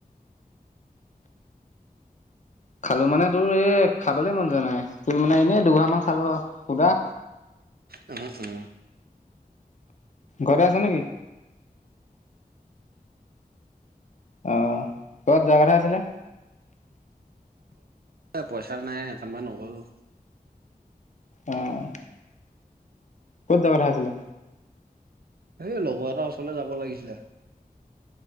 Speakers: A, on the left; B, on the right.
A: খালো মানে তোৰ এই খাবলে মন যোৱা নাই, তোৰ মানে এনে দুগৰা মান খালো আৰু, সুদা।
B: উম উম।
A: ঘৰতে আছে নেকি? অ্ কৰবাত যোৱা কথা আছিলে?
B: এ পইচা নাই সেইকাৰণে নগলো।
A: অ্ঁ ক'ত যোৱা কথা আছিলে?
B: এই লগৰ এটা ওচৰলে যাব লাগিছিলে।